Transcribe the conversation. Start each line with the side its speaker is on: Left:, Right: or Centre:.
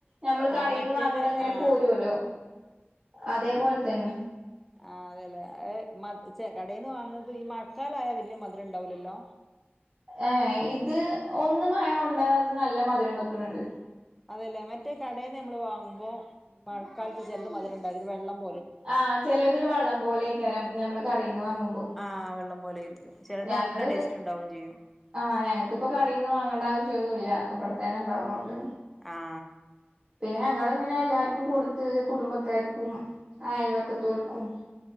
Right: ഞമ്മൾ കടേന്ന്
Centre: ആഹ് മറ്റേത്
Right: വാങ്ങ്ണെ ഇങ്ങനെ
Centre: ആഹ്
Right: പോരോലോ അത് ഇതേപോലെതെന്നെ
Centre: ആ അതെയില്ലേ ഏ മ ച്ചെ കടേന്ന് വാങ്ങ്ണത് ഈ മഴക്കാലായാൽ വല്യ മധുരമുണ്ടാവില്ലല്ലോ
Right: ഏഹ് ഇത് ഒന്ന് അത് നല്ല മധുരം വെയ്ക്കണണ്ട്
Centre: അതേയില്ലേ മറ്റേ കടേന്ന് നമ്മൾ വാങ്ങുമ്പോ മഴക്കാലത്ത് ചെലത് മധുരണ്ടാവില്ല ഇത് വെളളം
Right: ആ ചെലത് ഒരു വെള്ളം പോലേ ക്കാര ഞമ്മള് കടേന്ന് വാങ്ങുമ്പോ
Centre: ആഹ് വെള്ളം പോലെ ആയിരിക്കും ചിലത്
Right: ഞങ്ങള്
Centre: നല്ല ടേസ്റ്റ് ഉണ്ടാവും ചെയ്യും
Right: ആ ഞങ്ങക്കിപ്പോ കടേന്ന് വാങ്ങണ്ടാ - ഇതൊന്നുംയില്ല ഇവിടെതന്നെ ഇണ്ടാവ്ണോണ്ട്
Centre: ആ...
Right: പിന്നെ ഞങ്ങളിങ്ങനെ എല്ലാരിക്കും കൊട്ത്ത് കുടുംബക്കാർക്കും അയൽവക്കത്തോൽക്കും-